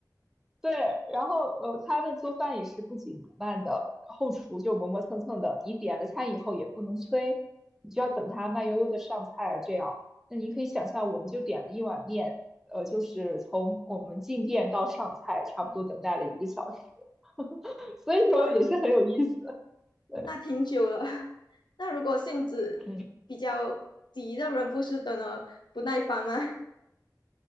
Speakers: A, in the centre; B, on the left.
A: 对，然后呃，他们做饭也是不紧不慢的，后厨就磨磨蹭蹭的。你点了餐以后也不能催，你就要等他慢悠悠的上菜，这样。那你可以想象，我们就点了一碗面，呃，就是从我们进店到上菜，差不多等待了一个小时，所以说也是很有意思。
B: 哇。
A: 对，
B: 那挺久了。<laughs> 那如果性子比较急的人，
A: 嗯。
B: 不是等了不耐烦吗？<laughs>